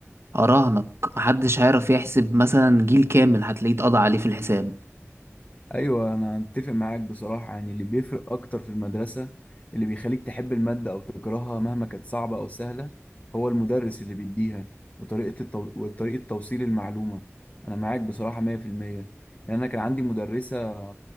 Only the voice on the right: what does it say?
أراهنك محدش هيعرف يحسب مثلا جيل كامل هتلاقيه اتقضى عليه في الحساب